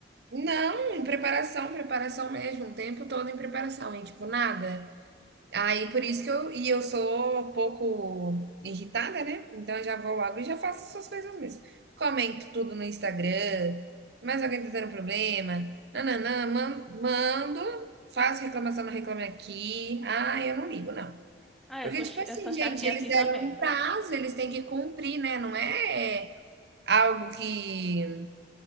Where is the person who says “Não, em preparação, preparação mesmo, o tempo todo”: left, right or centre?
Right